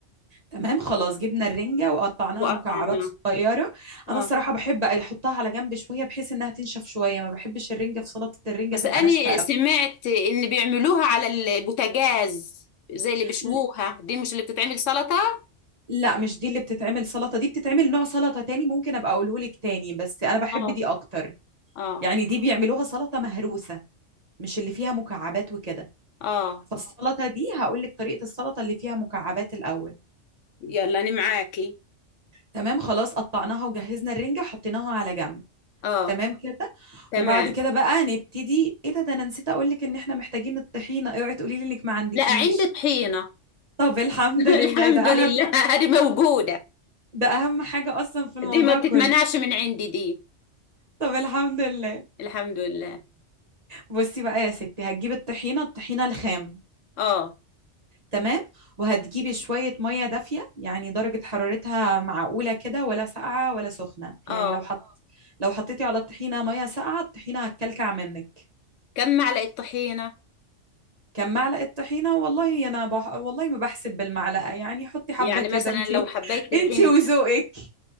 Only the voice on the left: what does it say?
وقطعناها
آه
بس
أنا
سمعت إن بيعملوها على البوتاجاز زي اللي بيشووها
دي مش اللي بتتعمل سلطة
آه
آه
آه
يلا أنا معاكي
آه
تمام
لا عندي طحينة
<laughs> الحمد
لله هذه موجودة
دي ما بتتمنعش
من عندي دي
الحمد لله
آه
آه
كم معلقة طحينة
يعني
مثلا
لو
حبيت
الرنجة